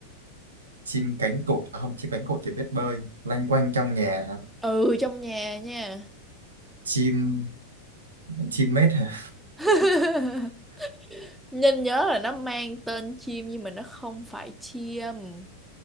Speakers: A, on the right; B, in the centre.
A: Chim cánh cụt. À, không, chim cánh cụt thì biết bơi. Lanh quanh trong nhà hả?
B: Ừ, trong nhà nha.
A: Chim... Chim mết hả?
B: <laughs> Nên nhớ là nó mang tên chim nhưng mà nó không phải chim.